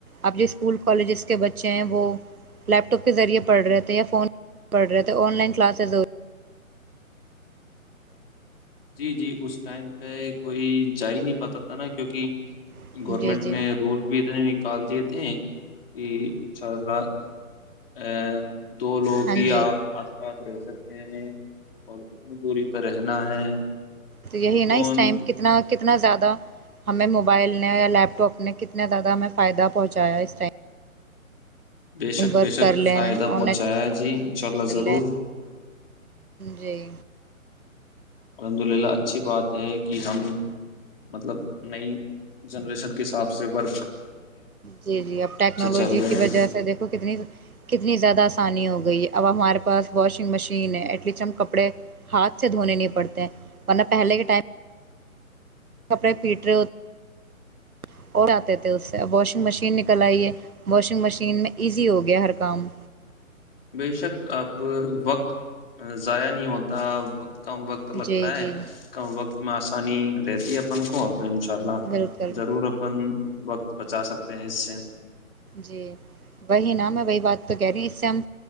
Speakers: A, on the right; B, on the left.
A: اب جو اسکول کالجز کے بچے ہیں وہ لیپٹاپ کے ذریعے پڑھ رہے تھے یا فون پڑھ رہے تھے on line کلاسزی
B: G G us time پہ کوئی جا ہی نہیں پات تھا نا کیونکہ
A: رہی۔
B: گورنمنٹ
A: جی جی
B: نے رول بھی اتنے کال دیے تھے یہ چرنا ا <unintelligible> دو لوگوں
A: ہاں
B: ہی
A: جی
B: آ آس پاس رہ سکتے ہیں اور کتنی دوری <unintelligible> پہ رہنا ہے
A: تو یہی
B: کون
A: نا اس ٹائم کتنا کتنا زیادہ ہمیں موبائل نے یا لیپ ٹاپ نے کتنا زیادہ ہمیں فائدہ پہنچایا اس ٹائم
B: بے شک
A: ورک
B: بے شک
A: کر لیں
B: فائدہ
A: آن
B: پہنچایا
A: لائن
B: جی انشاءلہ
A: کر
B: ضرور
A: لیں جی
B: الحمد للہ اچھی بات ہے کہ ہم مطلب نئی جنریشن کے حساب سےور
A: جی جی اب ٹیکنالوجی
B: چل رہے
A: کی
B: ہیں
A: وجہ سے دیکھو کتنی کتنی زیادہ آسانی ہوگی گئی ہے اب ہمارے پاس واشنگ مشین ہے ایٹ لیسٹ ہم کپڑے ہاتھ سے دھونے نہیں پڑتے ہیں ورنہ پہلے کے ٹائم کپڑے پیٹ رہے ہوتے اور آے تھے اس سے اب واشنگ مشین نکل آئیے واشنگ مشین میں ایزی ہو گیا ہر کام
B: بے شک اب وقت ضائع نہیں ہوتا کم وقت
A: جی
B: لگتا
A: جی
B: ہے کم وقت آسانی رہتی اپن کو تو ان شاء اللہ
A: بالکل
B: ضرور اپن وقت بچا سکتے ہیں اس سے
A: جی وہی نا میں وہی بات تو کہہ رہی ہ اس سے ہم